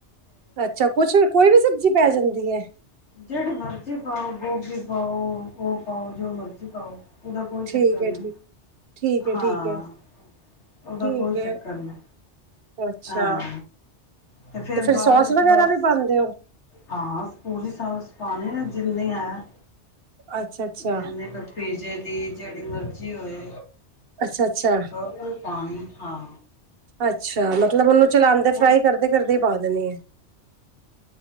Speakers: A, on the right (about 60°); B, on the left (about 80°).
A: ਅੱਛਾ, ਕੁਛ ਕੋਈ ਵੀ ਸਬਜ਼ੀ ਪੈ ਜਾਂਦੀ ਏ।
B: ਜੇੜੀ ਮਰਜ਼ੀ ਪਾਓ, ਗੋਭੀ ਪਾਓ, ਓ ਪਾਓ ਜੋ ਮਰਜ਼ੀ ਪਾਓ। ਉਦਾ ਕੋਈ ਚੱਕਰ
A: ਠੀਕ
B: ਨਈ‌,
A: ਹੈ ਠੀਕ ਠੀਕ ਹੈ
B: ਹਾਂ।
A: ਠੀਕ ਹੈ
B: ਉਦਾ
A: ਠੀਕ
B: ਕੋਈ ਚੱਕਰ
A: ਹੈ
B: ਨਈ।
A: ਅੱਛਾ
B: ਹਾਂ, ਤੇ ਫੇਰ
A: ਫਿਰ
B: ਬਾਦ
A: ਸੋਸ
B: ਵਿੱਚ
A: ਵਗੈਰਾ
B: ਬੱਸ।
A: ਵੀ ਪਾਉਂਦੇ ਹੋ
B: ਹਾਂ, ਪੂਰੀ ਸਾਸ ਪਾਨੀ ਏ। ਜਿੰਨੀ ਹੈ,
A: ਅੱਛਾ ਅੱਛਾ
B: ਜਿੰਨੀ ਕੀ ਪੀਜੇ। ਜੇੜੀ ਮਰਜ਼ੀ ਹੋਏ
A: ਅੱਛਾ ਅੱਛਾ
B: ਬ ਓ ਪਾਨੀ ਏ, ਹਾਂ।
A: ਅੱਛਾ, ਮਤਲਬ ਓਨੂੰ ਚਲਾਂਦੇ,
B: ਉਹ
A: ਫਰਾਈ ਕਰਦੇ-ਕਰਦੇ ਈ ਪਾ ਦੇਨੀ ਏ।